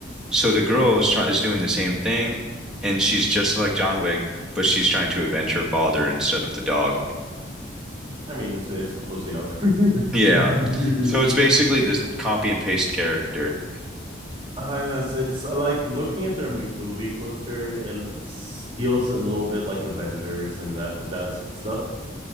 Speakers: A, in the centre; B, on the right (about 30°).
A: So the girl is trying is doing the same thing, and she's just like John Wick, but she's trying to avenge her father instead of the dog.
B: I mean it's it's close enough.
A: Yeah.
B: <laughs>
A: So it's basically this copy and paste character.
B: Uh, yes, it's uh, like looking at their mo- movie poster, it l- s- feels a little bit like Avengers and that that stuff.